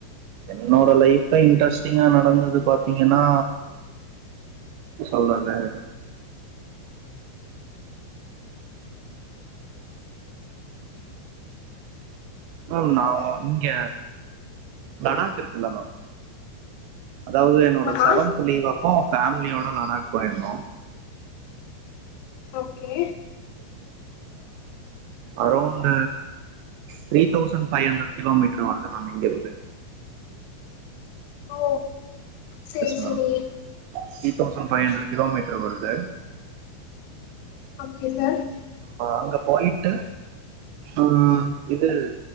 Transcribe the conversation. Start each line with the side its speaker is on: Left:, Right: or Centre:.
Right: என்னோட லைஃப்ல இன்ட்ரெஸ்ட்டிங்கா நடந்தது பாத்தீங்கன்னா சொல்றரது மேம் நா இங்க லடாக் இருக்குல்ல மேம் அதாவது என்னோட
Left: ஆமா
Right: செவன்த் லீவ் அப்போ ஃபேமிலியோட லடாக் போயிருந்தோம்
Left: okay
Right: around three thousand five hundred kilometre வருது நமிங்க இருது
Left: ஓ சரி
Right: மேம்
Left: சரி
Right: three thousand five hundred kilometre வருது
Left: ஓகே சார்
Right: அங்க போயிட்டு ஆஹ் இது